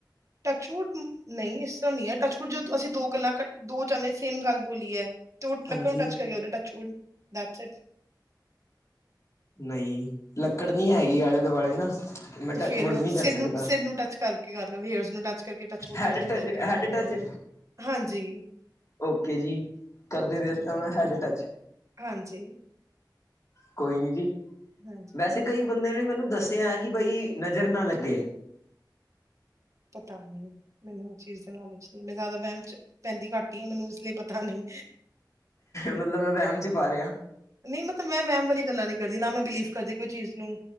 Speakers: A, on the right; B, on the left.
A: ਟੱਚਵੁਡ ਨਹੀਂ ਇਸ ਤਰ੍ਹਾਂ ਨਹੀਂ ਹੈ ਟੱਚਵੁਡ ਜਦੋਂ ਅਸੀਂ ਦੋ ਗੱਲਾਂ ਕ ਦੋ ਜਾਣੇ ਸੇਮ ਗੱਲ ਬੋਲੀਏ। ਤੇ ਉਹ
B: ਹਾਂਜੀ
A: ਲੱਕੜ ਨੂੰ ਟੱਚ ਕਰੀਏ ਉ ਟੱਚਵੁਡ ਦੈਟਸ ਇਟ
B: ਨਹੀਂ ਲੱਕੜ ਨਹੀਂ ਹੈਗੀ ਆਲੇ ਦੁਆਲੇ ਨਾ। ਮੈਂ
A: ਤੇ
B: ਟੱਚਵੁੱਡ
A: ਫੇਰ
B: ਨਹੀਂ ਕਰ
A: ਸਿਰ
B: ਸਕਦਾ
A: ਨੂੰ ਸਿਰ ਨੂੰ ਟੱਚ ਕਰਕੇ ਕਰ ਲੋਂ ਹੇਅਰਸ ਨੂੰ ਟੱਚ ਕਰਕੇ ਟੱਚ ਵੁਡ
B: ਹੈਡ
A: ਕਰ ਲੈਂਦੇ
B: ਟੱਚ
A: ਕਈ।
B: ਹੈਡ ਟੱਚ
A: ਹਾਂਜੀ।
B: ਓਕੇ ਜੀ ਕਰਦੇ
A: ਹਾਂਜੀ
B: ਦੇ ਦਿੱਤਾ ਤੇ ਮੈਂ ਹੈਡ ਟੱਚ
A: ਹਾਂਜੀ
B: ਕੋਈ ਨੀ ਜੀ
A: ਹਾਂਜੀ
B: ਵੈਸੇ। ਕਈ ਬੰਦੇ ਨੇ ਮੈਨੂੰ ਦੱਸਿਆ ਕਿ ਬਈ ਨਜ਼ਰ ਨਾ ਲੱਗੇ।
A: ਪਤਾ ਨਹੀਂ। ਮੈਨੂੰ ਉਹ ਚੀਜ਼ ਦਾ ਨੌਲੇਜ ਨਹੀਂ ਮੈਂ ਜ਼ਿਆਦਾ ਵਹਿਮ ਚ ਪੈਂਦੀ ਘੱਟ ਹੀ ਆਂ ਮੈਨੂੰ ਇਸ ਲਿਏ ਪਤਾ ਨਹੀਂ
B: ਮਤਲਬ ਮੈਂ ਵਹਿਮ ਚ ਪਾ ਰਿਹਾ।
A: ਨਹੀਂ ਮਤਲਬ ਮੈਂ ਵਹਿਮ ਵਾਲੀ ਗੱਲਾਂ ਨੀ ਕਰਦੀ ਨਾ ਮੈਂ ਬਿਲੀਵ ਕਰਦੀ ਕੋਈ ਚੀਜ਼ ਨੂੰ।